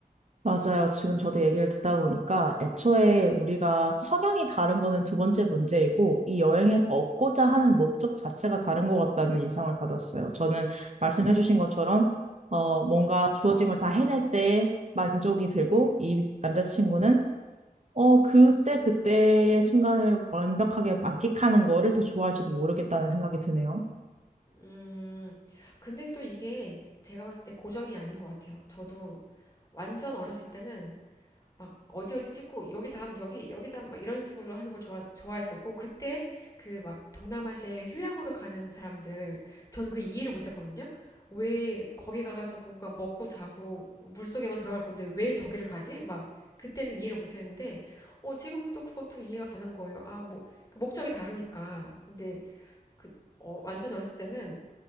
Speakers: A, on the right; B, on the left.
A: 맞아요. 지금 저도 얘기를 듣다 보니까 애초에 우리가 성향이 다른 거는 두 번째 문제이고 이 여행에서 얻고자 하는 목적 자체가 다른 것 같다는 인상을 받았어요. 저는
B: 음,
A: 말씀해주신 것처럼 어, 뭔가 주어진 걸 다 해낼 때 만족이 들고 이 남자친구는 어, 그때 그때의 순간을 완벽하게 만끽하는 거를 더 좋아할지도 모르겠다는 생각이 드네요.
B: 음, 근데 또 이게 제가 봤을 때 고정이 아닌 것 같아요. 저도 완전 어렸을 때는 막 어디 어디 찍고 여기 다음 여기 여기 다음 막 이런 식으로 하는 걸 좋아, 좋아했었고 그때 그 막 동남아시아에 휴양으로 가는 사람들 저는 그 이해를 못했거든요. 왜 거기 가가지고 그냥 먹고 자고 물속에만 들어갈 건데 왜 저기를 가지? 막 그때는 이해를 못했는데 어 지금은 또 그것도 이해가 가는 거예요. 아뭐 그 목적이 다르니까 근데 그 어, 완전 어렸을 때는